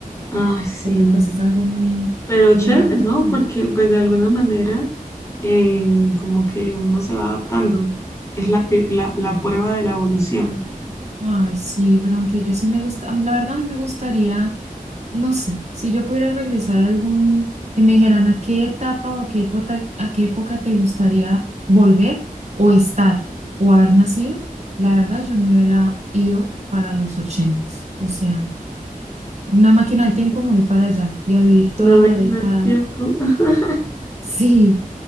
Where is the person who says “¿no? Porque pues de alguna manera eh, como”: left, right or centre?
Left